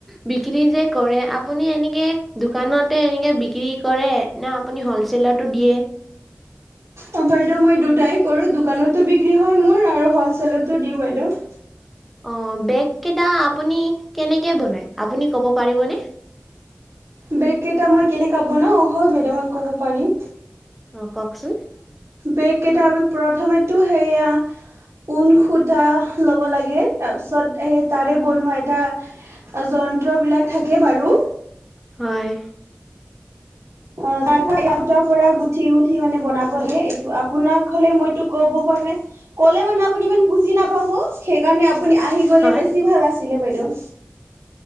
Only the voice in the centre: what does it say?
বিক্ৰী যে কৰে আপুনি এনেকে দোকানত ততে এনেকৈ বিক্ৰী কৰে না আপুনি হ'লচেলতো দিয়ে <inaudible>
অ বেগ কেইটা আপুনি কেনেকে বনায় আপুনি ক'ব পাৰিবনে
অ কওকচোন
হয়
হয়।